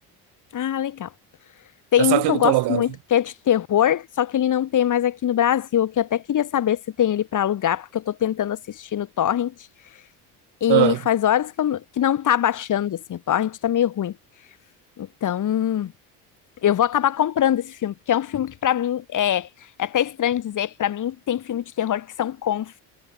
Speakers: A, on the left; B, on the right.
A: Ah, legal. Tem
B: É só
A: um
B: que
A: que
B: eu
A: eu
B: não
A: gosto
B: tô logado.
A: muito que é de terror, só que ele não tem mais aqui no Brasil, que eu até queria saber se tem ele para alugar, porque eu tô tentando assistir no Torrent e
B: Ah,
A: faz horas que, eu n- que não tá baixando, assim, o Torrent tá meio ruim. Então, eu vou acabar comprando esse filme, porque é um filme que para mim é, é até estranho dizer, para mim tem filme de terror que são conf.